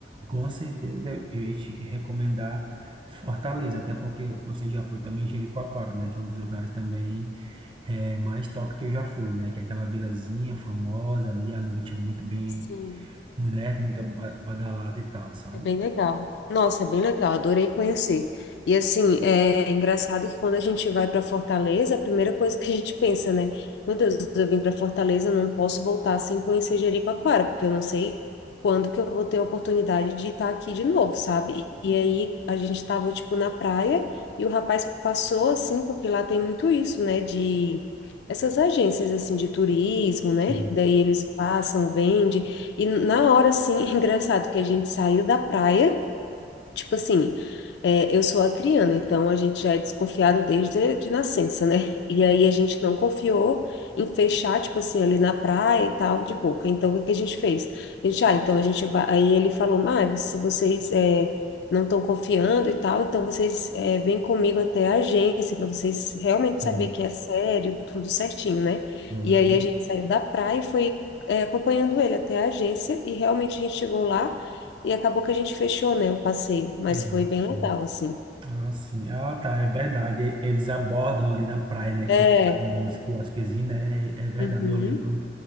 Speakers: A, on the right; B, on the left.
A: com certeza
B: uhum,
A: eu ia te recomendar Fortaleza, até porque você já foi também em Jericoacoara, né? Que é um dos lugares também é, mais top que eu já fui, né? Que é aquela vilazinha famosa ali, à noite é muito bem,
B: sim.
A: né?
B: Uhum.
A: Muito ba- badalada e tal, sabe?
B: É bem legal. Nossa, é bem legal, adorei conhecer. E assim, é engraçado que quando a gente vai para Fortaleza, a primeira coisa que a gente pensa, né? Meu Deus, eu vim para Fortaleza, não posso voltar sem conhecer Jericoacoara, porque eu não sei quando que eu vou ter a oportunidade de estar aqui de novo, sabe? E aí a gente estava tipo na praia e o rapaz passou assim, porque lá tem muito isso, né, de essas agências assim de turismo, né?
A: Sim,
B: Daí eles passam, vendem e na hora, assim, <laughs> engraçado que a gente saiu da praia, Tipo assim, é, eu sou acriana, então a gente já é desconfiado desde de nascença, né? E aí a gente não confiou em fechar, tipo assim, ali na praia e tal, de boca. Então o que que a gente fez? A gente, ah, então a gente vai. Aí ele falou, mas se vocês é, não estão confiando e tal, então vocês é, vêm comigo até a agência para vocês realmente
A: sim.
B: saber que é sério, tudo certinho, né?
A: Uhum.
B: E aí a gente saiu da praia e foi é, acompanhando ele até a agência e realmente a gente chegou lá. E acabou que a gente fechou, né, o passeio, mas foi
A: Ah,
B: bem
A: sim.
B: legal, assim.
A: Ah, sim. Ah, tá, é verdade. Eles abordam ali na praia, né?
B: É,
A: que você tá Nos quiosquezinhos, né? É é verdade.
B: uhum,
A: Eu lembro,